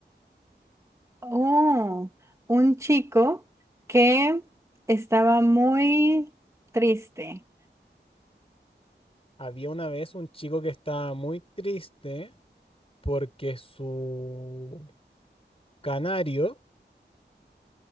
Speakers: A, on the right; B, on the left.
A: Oh, un chico que estaba muy triste.
B: había una vez un chico que estaba muy triste porque su canario,